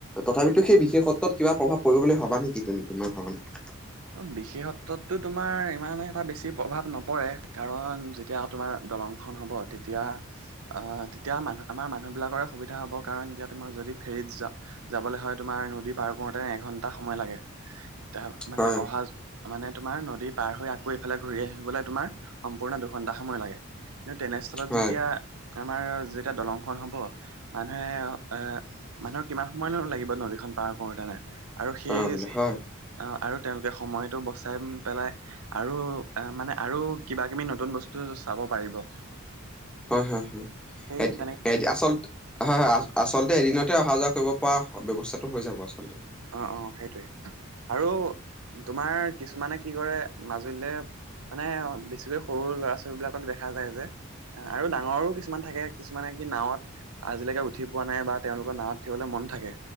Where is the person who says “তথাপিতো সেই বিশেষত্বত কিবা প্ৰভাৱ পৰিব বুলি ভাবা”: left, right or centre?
Centre